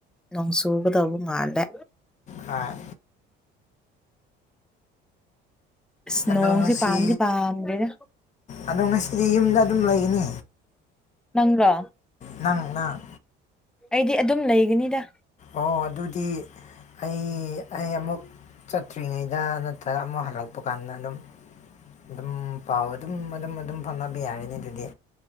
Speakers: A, in the centre; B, on the left (about 35°).
A: ꯅꯣꯡ ꯆꯨꯒꯗꯧꯕ ꯃꯥꯜꯂꯦ
B: ꯑ
A: ꯏꯁ꯭ꯅꯣꯁꯦ
B: ꯑꯗꯣ ꯉꯁꯤ
A: ꯄꯥꯝꯗꯤ ꯄꯥꯝꯗꯦꯅ
B: ꯑꯗꯣ ꯉꯁꯤꯗꯤ ꯌꯨꯝꯗ ꯑꯗꯨꯝ ꯂꯩꯒꯅꯤ
A: ꯅꯪꯒꯥ
B: ꯅꯪꯅꯪ
A: ꯑꯩꯗꯤ ꯑꯗꯨꯝ ꯂꯩꯒꯅꯤꯗ
B: ꯑꯣ ꯑꯗꯨꯗꯤ ꯑꯩ ꯑꯩ ꯑꯃꯨꯛ ꯆꯠꯇ꯭ꯔꯤꯉꯩꯗ ꯁꯤꯗ ꯅꯠꯇꯒ ꯑꯃ ꯍꯜꯂꯛꯄ ꯀꯥꯟꯗ ꯑꯗꯨꯝ ꯑꯗꯨꯝ ꯄꯥꯎ ꯑꯗꯨꯝ ꯑꯗꯨꯝ ꯑꯗꯨꯝ ꯐꯝꯅꯕ ꯌꯥꯔꯅꯤ ꯑꯗꯨꯗꯤ